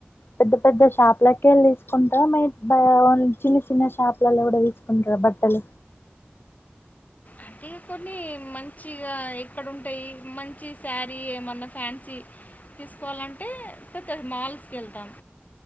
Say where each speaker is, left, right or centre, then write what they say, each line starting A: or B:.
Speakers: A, on the left (about 60°); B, on the left (about 40°).
A: పెద్ద పెద్ద షాపులకేళ్ళి తీసుకుంటరా మీర్ బా చిన్న చిన్న షాపులలో కూడ తీసుకుంటరా బట్టలు
B: అంటే కొన్ని మంచిగా ఎక్కడ ఉంటాయి మంచి శారీ ఏమన్నా ఫ్యాన్సీ తీసుకోవాలంటే పెద్ద మాల్స్ కి యెల్తాం